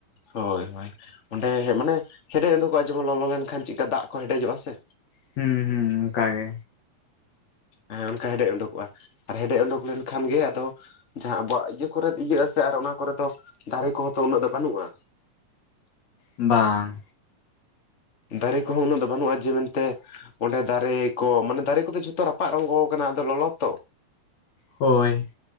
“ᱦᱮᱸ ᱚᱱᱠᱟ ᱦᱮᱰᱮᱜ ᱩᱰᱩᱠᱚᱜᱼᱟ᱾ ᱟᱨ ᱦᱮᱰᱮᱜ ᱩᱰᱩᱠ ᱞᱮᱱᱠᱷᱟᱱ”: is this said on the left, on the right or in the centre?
Left